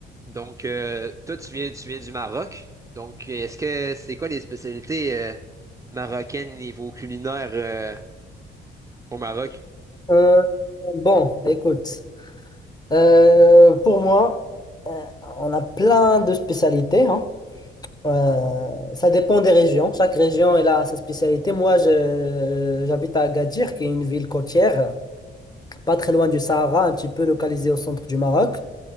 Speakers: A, on the right (about 15°); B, on the left (about 20°).
A: Donc, euh, toi, tu viens, tu viens du Maroc. Donc, est-ce que c'est quoi les spécialités euh, marocaines niveau culinaire euh, au Maroc?
B: Euh, bon, écoute, euh, pour moi, on a plein de spécialités. hein. Euh, ça dépend des régions. Chaque région elle a sa spécialité. Moi, je- j'habite à Agadir, qui est une ville côtière, pas très loin du Sahara, un petit peu localisée au centre du Maroc.